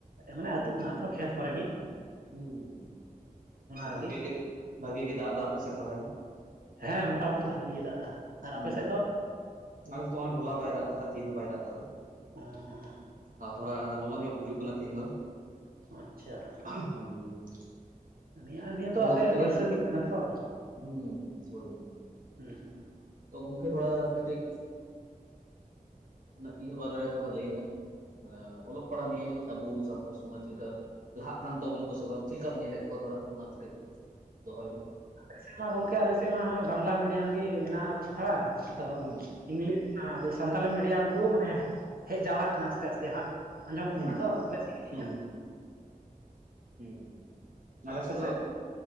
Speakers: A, on the right; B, on the right.
A: ᱢᱟᱱᱮ ᱟᱹᱛᱩᱜ ᱠᱟᱱᱟ ᱛᱚ ᱠᱷᱮᱛ ᱠᱚᱨᱮᱜ ᱜᱮ ᱾
B: ᱦᱩᱸ
A: ᱨᱮᱜᱮ
B: ᱵᱷᱟᱜᱤ ᱵᱷᱟᱜᱤ ᱜᱮ ᱫᱟᱜ ᱫᱟᱭ ᱟᱯᱮ ᱥᱮᱫ ᱛᱟᱦᱚᱞᱮ᱾
A: ᱦᱮᱸ ᱢᱚᱴᱟ ᱢᱩᱴᱤ ᱵᱷᱟᱜᱤ ᱜᱮ ᱫᱟᱜᱫᱟ, ᱟᱨ
B: ᱦᱩᱸ
A: ᱟᱯᱮ ᱥᱮᱫ ᱫᱚ?
B: ᱟᱞᱮ ᱥᱮᱫ ᱫᱚ ᱦᱚᱞᱟ ᱵᱟᱭ ᱫᱟᱜ ᱟᱠᱟᱫᱟ ᱛᱤᱦᱮᱱ ᱦᱚᱸ ᱵᱟᱭ ᱫᱟᱜ ᱠᱟᱫᱟ ᱾
A: <unintelligible>
B: ᱟᱨ ᱛᱷᱚᱲᱟ ᱞᱚᱞᱚ ᱧᱚᱜ ᱵᱩᱡᱩᱜ ᱠᱟᱱᱟ ᱛᱦᱤᱧ ᱫᱚ ᱾
A: ᱟᱪᱪᱷᱟ ᱾
B: <unintelligible>
A: ᱱᱤᱭᱟᱹ ᱱᱤᱭᱟᱹ
B: ᱛᱚᱵᱮ
A: ᱫᱚ ᱟᱛᱮᱫ
B: ᱜᱚᱝᱠᱮ
A: ᱵᱟᱹᱨᱥᱟᱹ ᱫᱤᱱ ᱠᱟᱱᱟ ᱛᱚ,
B: ᱦᱩᱸ ᱦᱳᱭ ᱦᱳᱭ ᱾
A: <unintelligible>
B: ᱛᱚ ᱜᱚᱝᱠᱮ ᱛᱷᱚᱲᱟ ᱠᱟᱹᱴᱤᱡ ᱮᱸ ᱤᱭᱟᱹ ᱵᱟᱨᱮ ᱨᱮ ᱛᱷᱚᱲᱟ ᱞᱟᱹᱭ ᱢᱮ? ᱢᱟᱱᱮ ᱚᱞᱚᱜ ᱯᱟᱲᱦᱟᱣ ᱱᱤᱭᱟᱹ ᱟᱵᱚ ᱥᱟᱱᱛᱟᱲ ᱥᱚᱢᱟᱡᱽ ᱪᱮᱫ ᱞᱮᱠᱟ ᱞᱟᱦᱟᱜ ᱠᱟᱱ ᱛᱟᱵᱚᱱᱟ ᱠᱚ ᱥᱮ ᱵᱟᱝ? ᱪᱮᱫ ᱞᱮᱠᱟᱢ ᱧᱮᱞᱮᱫ ᱠᱚᱣᱟ ᱛᱷᱚᱲᱟ ᱠᱟᱹᱡ ᱫᱚᱦᱚᱭ ᱢᱮ,
A: ᱟᱞᱮ ᱥᱮᱫ ᱢᱟ ᱜᱚᱝᱠᱮ ᱟᱞᱮ ᱥᱮᱫ ᱢᱟ ᱦᱚᱸᱜ-ᱚᱭ ᱵᱟᱝᱞᱟ ᱢᱤᱰᱤᱭᱟᱢ ᱜᱮ ᱢᱮᱱᱟᱜᱼᱟ ᱛᱷᱚᱲᱟ ᱟᱫᱚ
B: ᱦᱩᱸ
A: ᱤᱝᱞᱤᱥ ᱟᱵᱚ ᱥᱟᱱᱛᱟᱞᱤ ᱢᱤᱰᱤᱭᱟᱢ ᱠᱚ ᱢᱟᱱᱮ ᱦᱮᱡ ᱡᱟᱣᱨᱟᱜ ᱠᱟᱱᱟ ᱟᱥᱛᱮ ᱟᱥᱛᱮ ᱦᱟᱸᱜ ᱾ ᱟᱸᱡᱚᱢᱚᱜ
B: ᱦᱩᱸ
A: ᱠᱟᱱᱟ ᱛᱚ ᱥᱮᱫ ᱜᱮ ᱪᱮᱫᱠᱟ
B: ᱦᱩᱸ ᱦᱩᱸ
A: ᱟᱨ
B: ᱟᱞᱮ
A: ᱟᱯᱮ
B: ᱥᱮᱫ ᱫᱚ